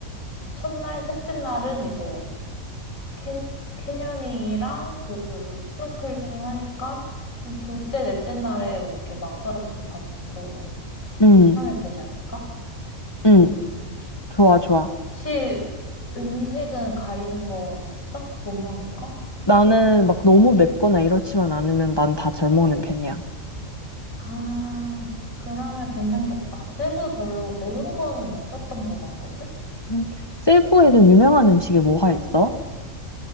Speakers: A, on the left (about 70°); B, on the left (about 20°).
A: 첫날, 셋째 날은 이제, 캐, 캐녀닝이랑 그, 스노클링 하니까, 한 둘째, 넷째 날에 뭐 이렇게 마사지도 받고
B: 응,
A: 하면 되지 않을까?
B: 응. 좋아, 좋아.
A: 혹시 음식은 가리는 거 있어? 못 먹는 거?
B: 나는 막 너무 맵거나 이렇지만 않으면 난 다 잘 먹는 편이야.
A: 아, 그러면 괜찮겠다. 세부 별로 매운 거는 없었던 것 같거든?
B: 응, 세부에서 유명한 음식이 뭐가 있어?